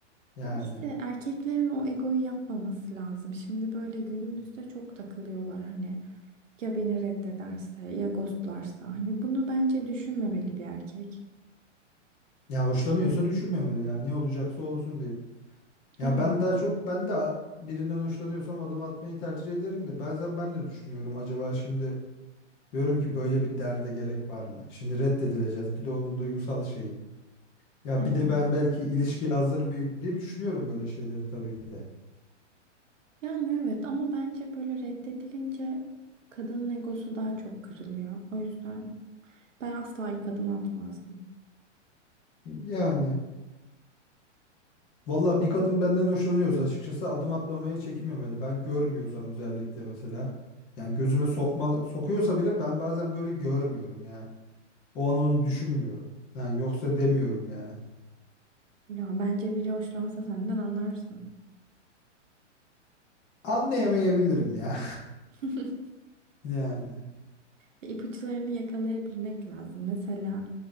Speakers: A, on the left; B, on the right.
A: Yani.
B: Ya işte erkeklerin o egoyu yapmaması lazım. Şimdi böyle günümüzde çok takılıyorlar hani ya beni reddederse ya ghostlarsa hani bunu bence düşünmemeli bir erkek.
A: Ya hoşlanıyorsa düşünmemeli ya. Ne olacaksa olsun deyip. Ya
B: Evet,
A: ben daha çok ben de a- birinden hoşlanıyorsam adım atmayı tercih ederim de bazen ben de düşünüyorum acaba şimdi diyorum ki böyle bir derde gerek var mı? Şimdi reddedileceğiz. Bir de onun duygusal şeyi. Ya
B: evet.
A: bir de ben belki ilişkiye hazır mıyım diye düşünüyorum böyle şeyleri tabii ki de.
B: Yani evet ama bence böyle reddedilince kadının egosu daha çok kırılıyor. O yüzden ben asla ilk adım atmazdım.
A: Yani valla bir kadın benden hoşlanıyorsa açıkçası adım atmamaya çekinmemeli. Ben görmüyorsam özellikle mesela. Yani gözüme sokmalı sokuyorsa bile ben bazen böyle görmüyorum ya. O an onu düşünmüyorum. Yani yoksa demiyorum ya.
B: Ya bence biri hoşlansa senden anlarsın.
A: Anlayamayabilirim ya.
B: <laughs>
A: <laughs> Yani.
B: ipuçlarını yakalayabilmek lazım. Mesela